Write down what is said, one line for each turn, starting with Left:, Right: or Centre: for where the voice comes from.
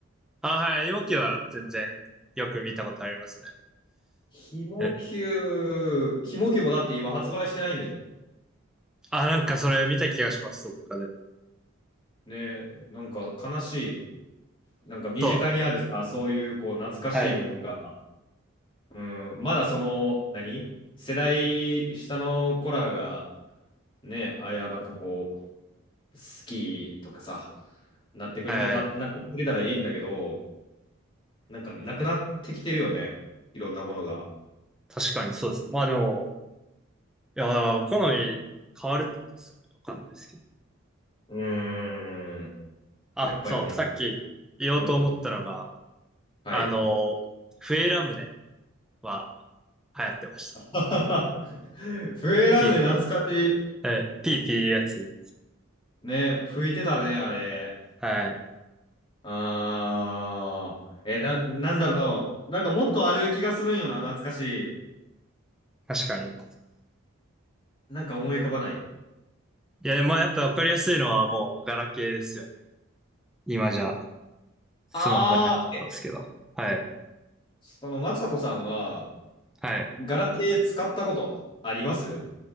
Centre: あ、はい、容器は全然よく見たことありますね。
Left: ひも球、
Centre: え、
Left: ひも球もだって今発売してないんです
Centre: あ、なんかそれ見た気がします、そっかで。
Left: ね。なんか悲しい。なんか身近にあるさ、
Centre: そ
Left: そういうこう懐かしいもんが、
Centre: う。はい。
Left: うん、まだその、何世代下の子らがね、あいや、なんかこ好きとかさ、なってくれたた、
Centre: はい。
Left: なってくれたらいいんだけど、なんかなくなってきてるよね。いろんなものが。
Centre: 確かにそうです。まあでも、いや、好み変わるってことですよね。わかんないですけど。
Left: うーん。
Centre: あ、
Left: やっぱりね。
Centre: そう、さっき言おうと思ったのが、
Left: うん。はい。
Centre: あの、笛ラムネは流行ってました。
Left: <laughs> 笛ラムネ懐かし
Centre: PP。え、PP いピーピーやつ。
Left: い。ね、吹いてたね、あれ。
Centre: はい。
Left: あー。え、な、なんだろう。なんかもっとある気がするんよな、懐かし
Centre: 確かに。い
Left: い。なんか思い浮かばない。
Centre: や、でもまあやっぱわかりやすいのはもうガラケーですよね。今じゃ。
Left: あー。
Centre: スマホになっちゃってますけど。
Left: え
Centre: はい。
Left: その、マサトさんは、
Centre: はい。
Left: ガラケー使ったことあります